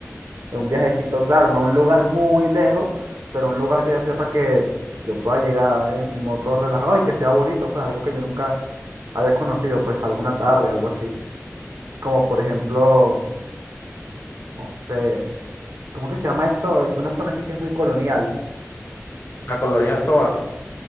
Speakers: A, on the right; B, on the left.
A: Es un viajecito, claro, no un lugar muy lejos, pero un lugar que yo sepa que yo pueda llegar en mi moto relajado y que sea bonito, pues algo que yo nunca haya conocido, pues alguna tarde, algo así. Como por ejemplo, no sé, ¿cómo que se llama esto? Eh, Una zona aquí que es muy colonial.
B: La colonia de Tovar,